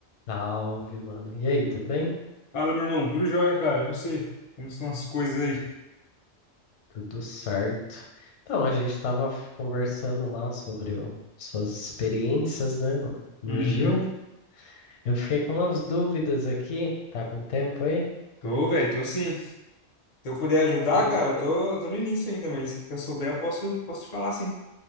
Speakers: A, on the left; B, on the left.
A: Salve, mano. E aí, tudo bem?
B: Fala, meu irmão. Tudo jóia, cara. E você? Como estão as coisas aí?
A: Tudo certo. Então, a gente tava f- conversando lá sobre o- suas experiências, né, no, no
B: Uhum.
A: Gil. Eu fiquei com umas dúvidas aqui, tá com tempo aí?
B: Tô, velho. Tô sim. Se eu puder ajudar,
A: É,
B: cara, eu tô, tô no início ainda, mas se eu souber, eu posso, posso te falar, sim.